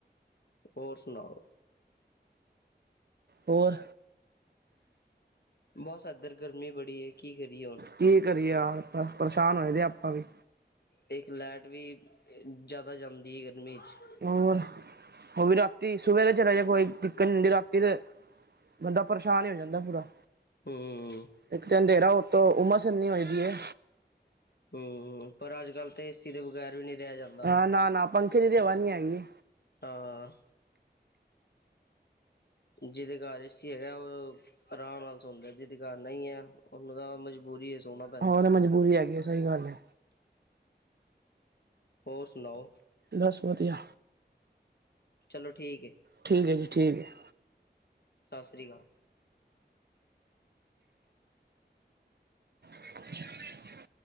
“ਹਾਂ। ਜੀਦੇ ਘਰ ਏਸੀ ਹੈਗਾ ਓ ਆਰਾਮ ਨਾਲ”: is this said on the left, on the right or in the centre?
Left